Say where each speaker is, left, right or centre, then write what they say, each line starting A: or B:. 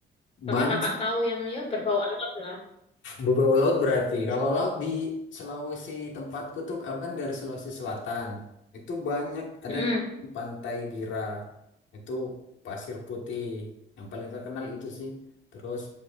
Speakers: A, on the left; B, on the left.
A: Kalau
B: Banyak
A: yang kakak
B: sih.
A: tahu yang ya berbau alam lah.
B: beberapa laut berarti. Kalau laut di Sulawesi tempatku tuh aku kan dari Sulawesi Selatan. Itu banyak ada
A: Mm-mm.
B: Pantai Bira. Itu pasir putih yang paling terkenal itu sih. Terus